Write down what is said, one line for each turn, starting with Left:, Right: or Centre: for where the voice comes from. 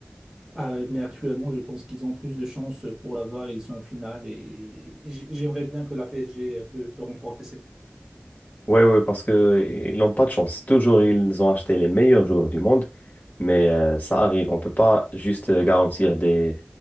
Right: Euh, mais actuellement, je pense qu'ils ont plus de chances pour l'avoir et ils sont en finale. Et j- j'aimerais bien que la PSG peut, peut remporter cette coupe.
Left: Ouais, ouais, parce que ils n'ont pas de chance. Toujours, ils ont acheté les meilleurs joueurs du monde, mais euh, ça arrive. On ne peut pas juste euh, garantir des,